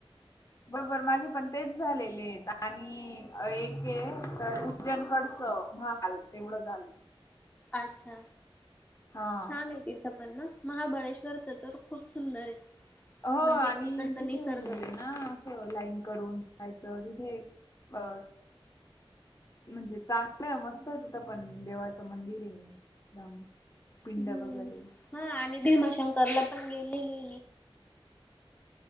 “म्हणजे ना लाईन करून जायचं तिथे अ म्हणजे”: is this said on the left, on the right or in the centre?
Left